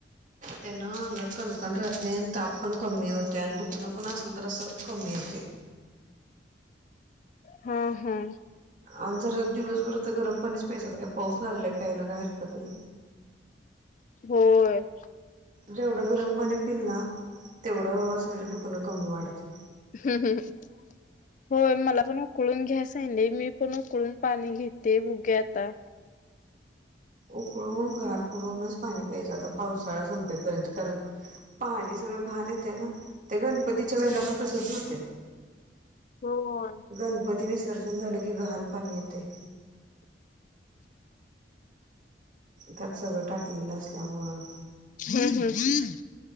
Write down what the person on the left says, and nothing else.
हा हा
होय -
हम्म हम् होय मला पण उकळून घ्यास आण मी पण उकळून पाणी घेते बघूया आता
होय
हम हम ह्